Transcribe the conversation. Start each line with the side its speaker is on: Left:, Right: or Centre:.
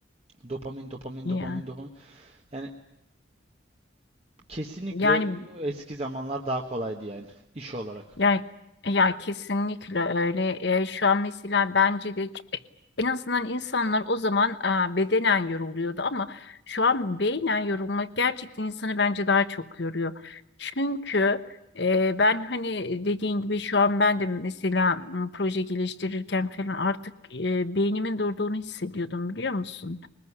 Right: Dopamin, dopamin,
Left: Yani,
Right: dopamin, dopamin. Yani kesinlikle
Left: yani
Right: e, eski zamanlar daha kolaydı yani iş olarak.
Left: Ya, ya kesinlikle öyle. E, şu an mesela bence de ç- en azından insanlar o zaman e, bedenen yoruluyordu ama şu an beynen yorulmak gerçekten insanı bence daha çok yoruyor. Çünkü e, ben hani dediğin gibi şu an ben de mesela m, proje geliştirirken falan artık e, beynimin durduğunu hissediyordum biliyor musun?